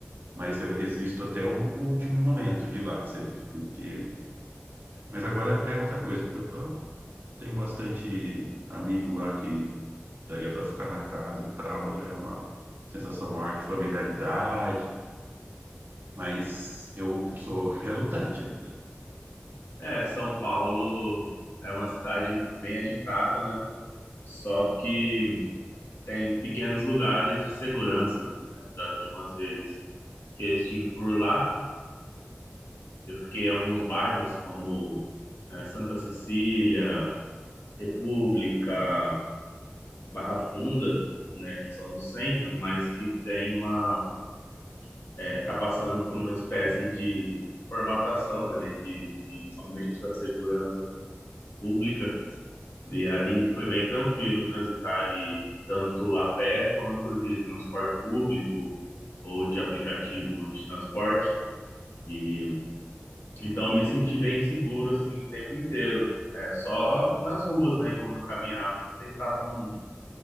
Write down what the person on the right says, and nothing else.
Mas eu resisto até o último momento de ir lá, sempre. Porque... Mas agora é outra coisa, porque eu, eu tenho bastante amigo lá que daria para ficar na casa e tal, já é uma sensação maior de familiaridade, mas eu, eu sou relutante ainda.